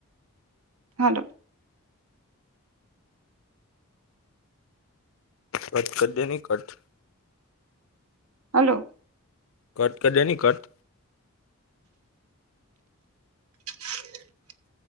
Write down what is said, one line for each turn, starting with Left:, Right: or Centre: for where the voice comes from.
Right: હાલો.
Left: કત કઢે ન કટ <unintelligible>
Right: હલો.
Left: કટ ક દેની કટ.
Right: હ <inaudible>